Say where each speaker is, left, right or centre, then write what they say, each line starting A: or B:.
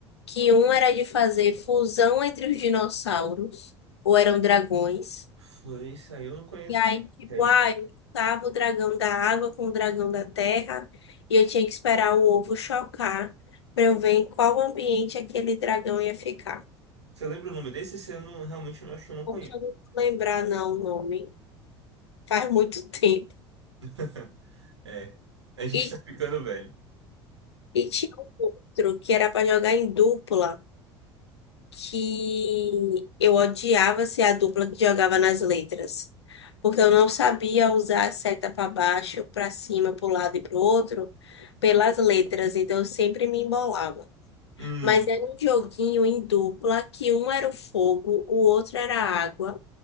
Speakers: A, on the left; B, on the right.
A: que um era de fazer fusão entre os dinossauros, ou eram dragões.
B: Foi isso aí, eu não conheço.
A: E aí, tipo,
B: É.
A: ah, eu juntava o dragão da água com o dragão da terra e eu tinha que esperar o ovo chocar para eu ver em qual ambiente aquele dragão ia ficar.
B: Você lembra o nome desse? Esse eu não, realmente não acho que eu não
A: Poxa,
B: conheço.
A: eu não vou lembrar não o nome. Faz muito <laughs> tempo.
B: <laughs> É, a gente
A: E,
B: tá ficando velho.
A: e tinha um outro que era para jogar em dupla, que eu odiava ser a dupla que jogava nas letras. Porque eu não sabia usar a seta para baixo, para cima, para o lado e para o outro, pelas letras. Então eu sempre me embolava.
B: Hum,
A: Mas era um joguinho em dupla, que um era o fogo, o outro era a água,